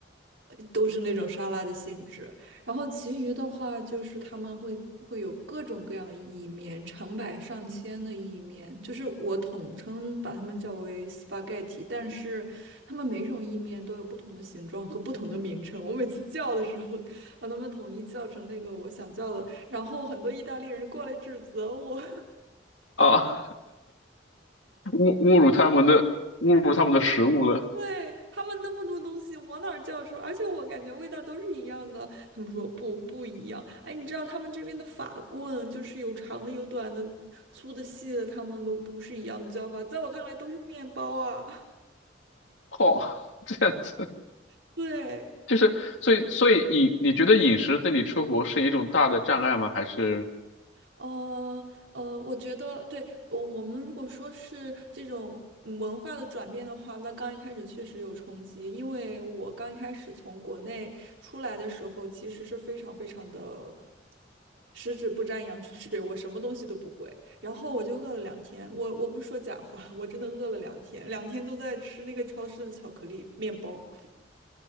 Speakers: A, on the right (about 80°); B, on the left (about 80°).
A: 呃都是那种沙拉的性质。然后其余的话就是他们会会有各种各样的意面，成百上千的意面，就是我统称把它们叫为 spaghetti，但是他们每种意面都有不同的形状和不同的名称。我每次叫的时候，把它们统一叫成那个我想叫的，然后很多意大利人过来指责我。
B: 啊。侮侮辱他们的侮辱他们的食物了，
A: 对，他们那么多东西往哪儿叫出来？而且我感觉味道都是一样的。他们说不不一样。哎，你知道他们这边的法棍就是有长的、有短的、粗的、细的，他们都不是一样的叫法。在我看来都是面包啊。
B: <laughs> 哦，这样子
A: <laughs> 对，
B: 就是所以所以饮你觉得饮食对你出国是一种大的障碍吗？还是
A: 呃呃，我觉得对，呃我们如果说是这种嗯文化的转变的话，那刚一开始确实有冲击，因为我刚一开始从国内出来的时候，其实是非常非常的十指不沾阳春水，我什么东西都不会，然后我就饿了两天，我我不说假话，我真的饿了两天，两天都在吃那个超市的巧克力面包。<laughs>